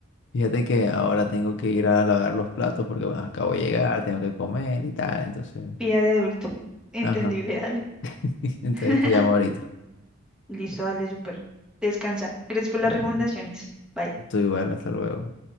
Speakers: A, on the left; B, in the centre.
A: Fíjate que ahora tengo que ir a lavar los platos porque bueno, acabo de llegar, tengo que comer y tal, entonces,
B: Vida de adulto. Entendible,
A: ajá.
B: dale.
A: <laughs> Entonces
B: <laughs>
A: te llamo ahorita.
B: Listo, dale, súper. Descansa. Gracias por las
A: Dale.
B: recomendaciones. Bye.
A: Tú igual, hasta luego.